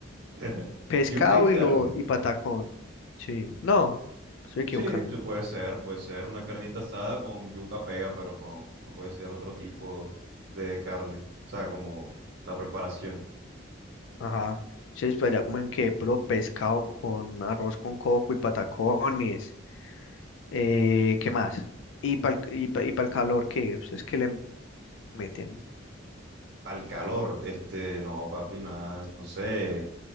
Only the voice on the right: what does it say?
<laughs>
Yuca y carne.
Sí, pues, puede ser, puede ser una carnita asada con yuca pega, pero con, no puede ser otro tipo de carne. O sea, como la preparación.
Al calor, este, no, papi, nada, no sé.